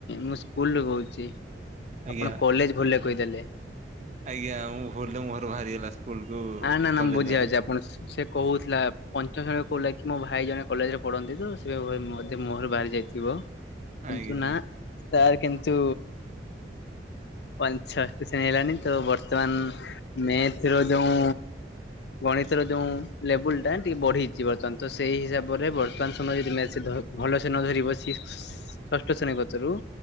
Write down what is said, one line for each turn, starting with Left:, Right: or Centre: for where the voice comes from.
Left: ମୁଁ ସ୍କୁଲ ରୁ କୋହୁଛି
Right: ଆଜ୍ଞା।
Left: ଆପଣ କଲେଜ ଭୁଲ କହିଦେଲେ।
Right: ଆଜ୍ଞା ମୁଁ ଭୁଲରେ ମୁଁହରୁ ବାହାରିଗଲା ସ୍କୁଲକୁୁ
Left: ନା ନା ନା
Right: କଲେଜ
Left: ମୁଁ ବୁଝିଯାଉଛି
Right: ବାହାରିଗଲା।
Left: ଆପଣ ସେ କହୁଥିଲା ପଞ୍ଚମ ଶ୍ରେଣୀରେ କହୁଥିଲା କି ମୋ ଭାଇ ଜଣେ କଲେଜରେ ପଢନ୍ତି ତ ସେ ଭାବେ ମ ଯେ ମୋର ଭାଇ ଯାଇଥିବ କିନ୍ତୁ
Right: ଆଜ୍ଞା
Left: ନା। ତାର କିନ୍ତୁ ପଞ୍ଚଷ ଶେଣୀ ହେଲାଣି ତ ବର୍ଷ ବର୍ତ୍ତମାନ ମେଥ୍ ର ଯୋଉ ଗଣିତର ଯୋଉ ଲେବୁଲ ଟା ଟିକେ ବଢିଛି ବର୍ତ୍ତମାନ ତ ସେଇ ହିସାବରେ ବର୍ତ୍ତମାନ ସମୟ ରେ <unintelligible> ଭଲସେ ନ ଧରି ବସି ଷଷ୍ଠ ଶ୍ରେଣୀ କତିରୁ